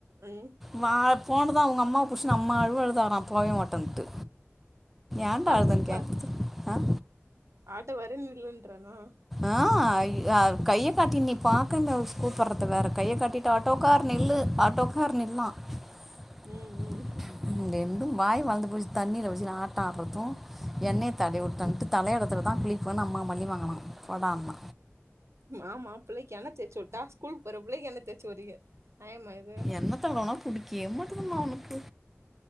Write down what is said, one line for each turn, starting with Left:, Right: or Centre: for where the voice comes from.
Right: ம்
Centre: வாப் ஃபோனு தா அவுங்கம்மா புஸ்சுனு அம்ம அழுவ அழுதாறா போவே மாட்டேன்ட்டு ஏன்டா
Right: ஆட்டோ
Centre: அழுதுன்னு
Right: கார்
Centre: கேட்குறது ஆ
Right: ஆட்டோ வர இல்லன் றனா
Centre: ஆ ய கைய காட்டி நிப்பா <unintelligible> கூப்பறது வேற கைய காட்டிட்டு ஆட்டோ கார் நில்லு ஆட்டோ க்கார் நின்னா <unintelligible>
Right: ம் ம்
Centre: வாய் வளந்து போயிச்சி தண்ணில வச்சி ஆட்டோ ஆடுறதூ எண்ணெய தடவி வுட்டோன்ட்டு தலைய எடத்துல தா குளிப்போ அம்மா மல்லி வாங்கலா போடாம
Right: மாமா பிள்ளக்கி ஆனா தேச்சுட்டா ஸ்கூல் போற புள்ளைக்கு எண்ணெ தேய்ச்சி விட்ரீங்க நாயமா இது
Centre: எண்ணெய் தடவைனா பிடிக்கவே மாட்டுதுமா அவனுக்கு